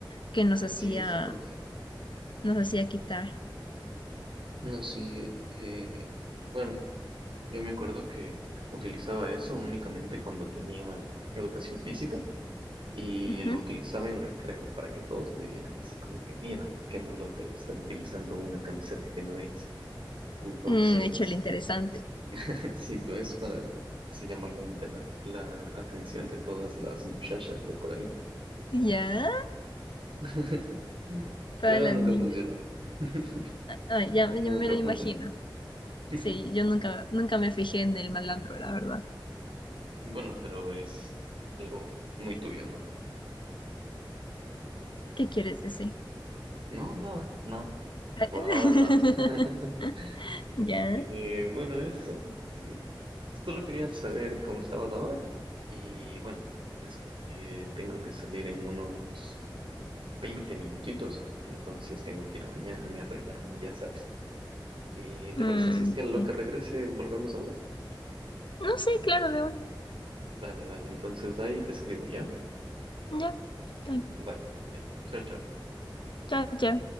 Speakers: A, on the left; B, on the right.
A: que nos
B: Ah,
A: hacía,
B: sí, esa profe.
A: nos hacía quitar.
B: No, sí. eh, bueno, yo me acuerdo que utilizaba eso únicamente cuando tenía educación física y
A: Ujú.
B: lo utilizaba en recreo para que todos me vieran así como que, míralo, qué malote, está utilizando una camiseta que no es. Entonces...
A: Mm, hecho el interesante.
B: <laughs> Sí, pues para se llamar la, entera- la atención de todas las muchachas de por ahí.
A: Ya,
B: <laughs>
A: para
B: Pero
A: las
B: nunca
A: niñas.
B: funcionó. <laughs>
A: Ah, ah, ya,
B: Nunca
A: ya me lo
B: funcionó.
A: imagino.
B: <laughs>
A: Sí, yo nunca, nunca me fijé en el malandro, la verdad.
B: Bueno, pero es algo muy tuyo, ¿no?
A: ¿Qué quieres decir?
B: No, nada, nada.
A: <laughs>
B: Por ahora nada. <laughs>
A: Ya.
B: Eh, bueno, eso. Y solo quería saber cómo estabas ahora. Y bueno, eso. Eh, tengo que salir en unos 20 minutitos. Entonces tengo que ir a bañarme, arreglarme, ya sabes. ¿Y te
A: Mm,
B: parece si es que a lo
A: sí.
B: que regrese volvemos a hablar?
A: No sé, claro, de una
B: Dale, dale. Entonces ahí te escribo, ¿ya?
A: Ya. Está bien.
B: Vale, ya. Chao, chao.
A: Chao, chao.